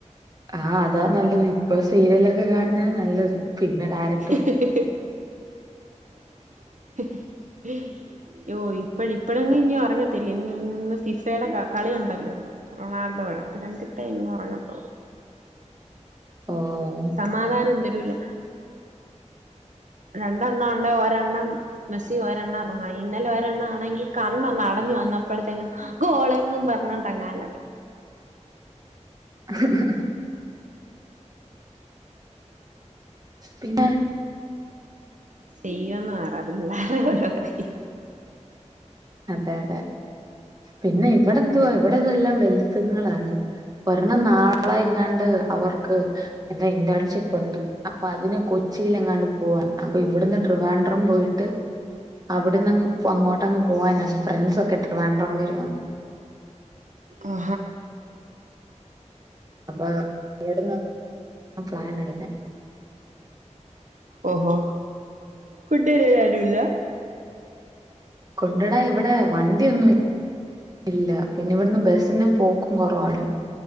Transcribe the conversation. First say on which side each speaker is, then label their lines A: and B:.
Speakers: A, on the right; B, on the right.
A: ആഹ അതാ നല്ലത് ഇപ്പൊ സീരിയലൊക്കെ കാണുന്ന നല്ലത് പിന്നെ ഡയറക്ട
B: <unintelligible> ഓ ഇപ്പഴ ഇപ്പഴൊകിലും ഇനി ഉറങ്ങത്തില്ല ഇന്ന നിന്ന് ഫിഫയുടെ ക കളിയുണ്ടല്ലോ റൊണാൾഡോടെ അത് കണ്ടിട്ടേ ഇന്നന്ന് ഉറങ്ങാത്തൂള്ളൂ
A: ഓഹ്
B: സമാധാനം തരുല്ല രണ്ടെണ്ണം ഉണ്ട് ഒരെണ്ണം മെസ്സി ഒരെണ്ണം റൊണാൾഡോ ഇന്നലെ ഒരെണ്ണ ആണെങ്കി കണ്ണണം അടഞ്ഞു വന്നപ്പോഴത്തേക്കും ഗോളൊന്നും പറഞ്ഞിണ്ടങ്ങാ <unintelligible>
A: <unintelligible> പിന്നെ?
B: ചെയ്യന്ന് പറ പിള്ളാരെ ഓരോ കാര്യം.
A: അതെ അതെ പിന്നെ ഇവിടെ എതുവാ ഇവിടെതെല്ലാം വെല്ലുത്തങ്ങളാണ്. ഒരെണം നാളെ എങ്ങാണ്ട് അവർക്ക് എന്താ ഇന്ന്തൻസിപ്പുണ്ട്. അപ്പൊ അതിന് കൊച്ചിൽ എങ്ങാണ്ട് പോവാൻ അപ്പൊ ഇവിടുന്ന് ട്രിവാൻഡ്രം പോയിട്ട് അവിടെന്ന്ങ്ങ് അങ്ങോട്ടങ് പോവാനാണ് ഫ്രണ്ട്സ് ഒക്കെ ഡ്രിവേണ്ടം വരും.
B: ആ
A: അപ്പ ഇവിടെന്ന് പ്ലാൻ എടുത്ത
B: ഓഹോ കുട്ടിക <unintelligible> ഇല്ല
A: കൊണ്ടടാ ഇവിടെ വണ്ടിന്നും ഇല്ല പിന്നെ ഇവിടുന്ന് ബസിനെ പോക്കും കുറവാണ്